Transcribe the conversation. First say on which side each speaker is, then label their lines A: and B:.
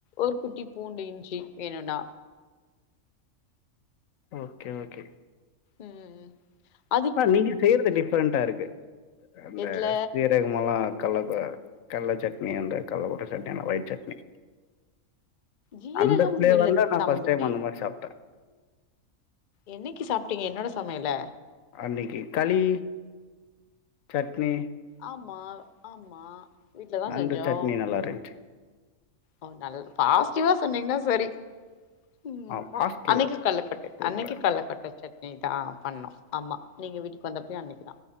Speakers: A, on the left; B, on the left.
A: ஒரு குட்டி பூண்டு இஞ்சு வேணுனா
B: ஓகே ஓகே
A: ம் ம்
B: ஆ நீங்க செய்யறது டிஃரெண்டா இருக்கு அந்த
A: எதுல
B: அதிக்கமல்லா கள்ள ஆ கடல சட்னி அந்த கள்ள கொட்ட சட்னி ஒயிட் சட்னி
A: ஜீரகம்
B: அந்த ப்ளேவர்
A: இல்ல
B: நா
A: தம்பி
B: ஃபர்ஸ்ட் டைம் அந்த மாறி சாப்
A: என்னைக்கு சாப்பிட்டீங்க என்னோட சமையல
B: அன்னைக்கு களி சட்னி
A: ஆமா ஆமா வீட்டுல தா
B: அந்த
A: செஞ்சோ
B: சட்னி நல்லா இருச்சு
A: ஓ நல்லது பாசிட்டிவா சொன்னீங்கன்னா சேரி ம்
B: ஆ பாசிட்டிவ்
A: அன்னைக்கு
B: இருக்கு.
A: கள்ளக்கெட்ட
B: சூப்பரா
A: அன்னைக்கு
B: இருக்கு.
A: கள்ளக்கெட்ட சட் னி தா பண்ணே ஆமா நீங்க வீட்டுக்கு வந்த போ அன்னைக்குதா